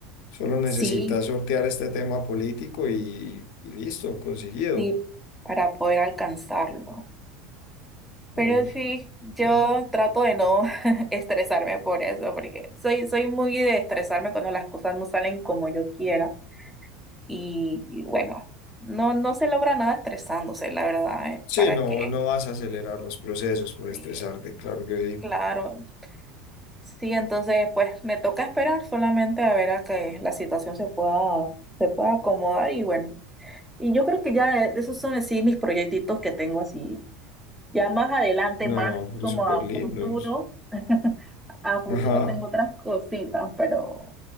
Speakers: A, on the left (about 65°); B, in the centre.
A: Solo necesitas
B: Sí,
A: sortear este tema político y, y listo, conseguido.
B: sí, para poder alcanzarlo. Pero
A: Hombre,
B: sí, yo
A: pero-
B: trato de no <laughs> estresarme por eso, porque soy, soy muy de estresarme cuando las cosas no salen como yo quiera. Y, y bueno, no, no se logra nada estresándose, la verdad, ¿eh?
A: sí,
B: ¿Para
A: no,
B: qué?
A: no vas a acelerar los procesos por
B: Sí,
A: estresarte, claro que sí.
B: claro. Sí, entonces pues me toca esperar solamente a ver a que la situación se pueda, se pueda acomodar y bueno. Y yo creo que ya eh, esos son así mis proyectitos que tengo así Ya más adelante,
A: No,
B: más así como
A: es súper
B: a futuro,
A: lindos.
B: <laughs> a futuro
A: Ajá.
B: tengo otras cositas, pero